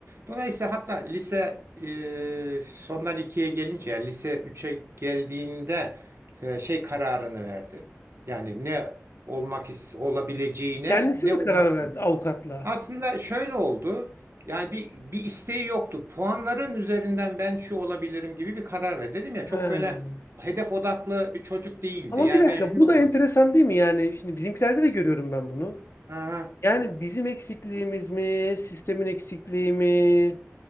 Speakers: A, on the right; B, on the left.
A: Dolayısıyla hatta lise e, sondan ikiye gelince yani lise üçe geldiğinde e, şey kararını verdi. Yani ne olmak is- olabileceğine
B: Kendisi
A: ne
B: mi
A: olmak
B: karar
A: istedi.
B: verdi avukatla?
A: Aslında şöyle oldu. Yani bir, bir isteği yoktu. Puanların üzerinden ben şu olabilirim gibi bir karar verdi. Dedim ya
B: He.
A: çok böyle hedef odaklı bir çocuk değildi.
B: Ama
A: Yani
B: bir dakika,
A: ben şunu
B: bu
A: olmak
B: da enteresan
A: istedim.
B: değil mi? Yani şimdi bizimkilerde de görüyorum ben bunu.
A: Aha.
B: Yani bizim eksikliğimiz mi, sistemin eksikliği mi?